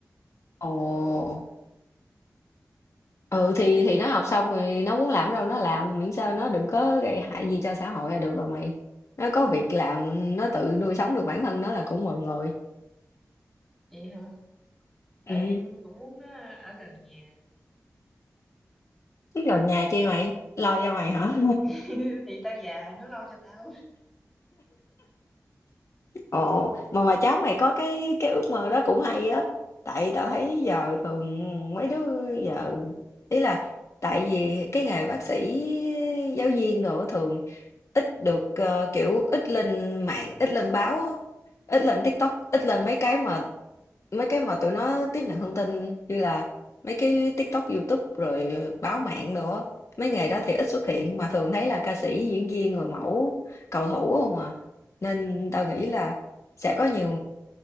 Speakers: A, on the left; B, in the centre.
A: Ồ, ừ, thì thì nó học xong rồi nó muốn làm đâu nó làm, miễn sao nó đừng có gây hại gì cho xã hội là được rồi mày. Nó có việc làm, nó tự nuôi sống được bản thân nó là cũng mừng rồi.
B: vậy hả tại
A: Ừm.
B: cũng muốn nó ở gần nhà
A: Cái lò nhà chi mày? Lo cho mày hả?
B: <laughs> thì tao già nó lo cho tao
A: Ồ, mà mà cháu mày có cái cái ước mơ đó cũng hay á. Tại tao thấy giờ thường mấy đứa giờ ý là tại vì cái nghề bác sĩ giáo viên đồ thường ít được ờ, kiểu ít lên mạng, ít lên báo, á, ít lên TikTok, ít lên mấy cái mà mấy cái mà tụi nó tiếp nhận thông tin như là mấy cái TikTok, YouTube rồi báo mạng đồ á. Mấy nghề
B: ừ
A: đó thì ít xuất hiện mà thường thấy là ca sĩ, diễn viên, người mẫu, cầu thủ không à. Nên
B: ừ
A: tao nghĩ là sẽ có nhiều